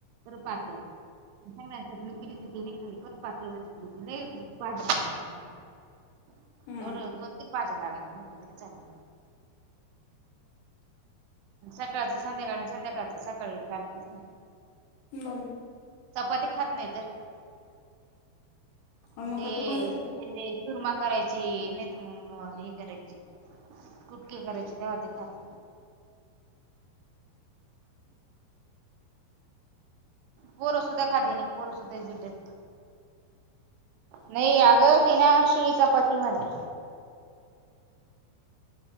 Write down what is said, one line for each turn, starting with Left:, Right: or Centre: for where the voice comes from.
Right: तर पाक <unintelligible>
Left: हम्म
Right: दोन दोन तीन पाज्या लागत मोठ तरी चाल. सकाळच संध्याकाळी आणि संध्याकाळच सकाळी, चालतच नाही.
Left: बई
Right: चपाती खात नाही तर
Left: हम
Right: ते
Left: मांग काय फेकून द्याच
Right: तिथे
Left: का.
Right: ते चुरमा करायची नाही त मग हे करायची कुटके करायची तेव्हा ते खात. पोरसध खादी्य नाही, पोरसध भिट नाही अगं ति ना शिळीचा पती म्हणते.